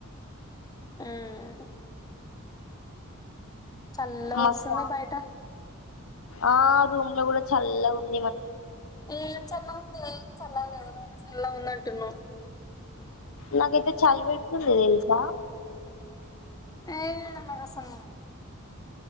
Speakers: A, on the left; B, on the left.
A: ఊమ్ చల్లగ
B: మస్తు
A: వస్తుందా బయట
B: ఆ రూమ్ లో కూడా చల్లగా ఉన్
A: ఏం చల్లగా ఉంది ఏం చల్లగా లేదు నేను చల్లగా ఉంద నా
B: నాకైతే చలి పెడుతుంది తెలుసా
A: ఏ నాకసలు